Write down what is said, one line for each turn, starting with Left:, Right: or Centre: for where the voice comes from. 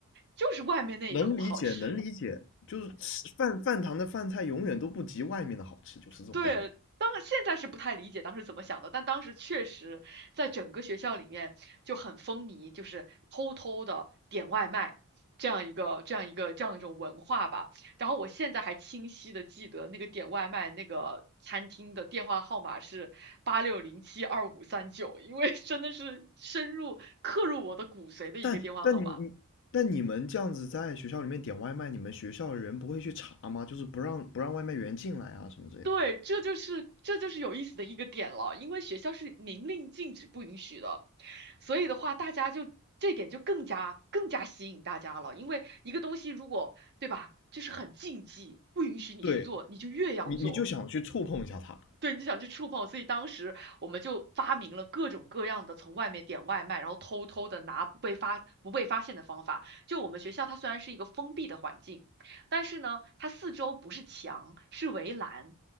Right: 就是外面那一口好吃。
Left: 能理解能理解，就是吃饭饭堂的饭菜永远都不及外面的好吃，就是这种概念。
Right: 对，当现在是不太理解当时怎么想的，但当时确实在整个学校里面就很风靡，就是偷偷的点外卖这样一个这样一个这样一种文化吧。然后我现在还清晰的记得那个点外卖那个餐厅的电话号码是八六零七二五三九，因为真的是深入刻入我的骨髓的一个电话号码。
Left: 但但你你但你们这样子在学校里面点外卖，你们学校的人不会去查吗？就是不让不让外卖员进来啊什么之类的。
Right: 对，这就是这就是有意思的一个点了，因为学校是明令禁止不允许的。所以的话，大家就这点就更加更加吸引大家了，因为一个东西如果，对吧，就是很禁忌，不允许你去做，
Left: 对，
Right: 你就越要做。
Left: 你你就想去触碰一下他。
Right: 对，你就想去触碰，所以当时我们就发明了各种各样的从外面点外卖，然后偷偷的拿不被发不被发现的方法。就我们学校，它虽然是一个封闭的环境，但是呢，它四周不是墙，是围栏，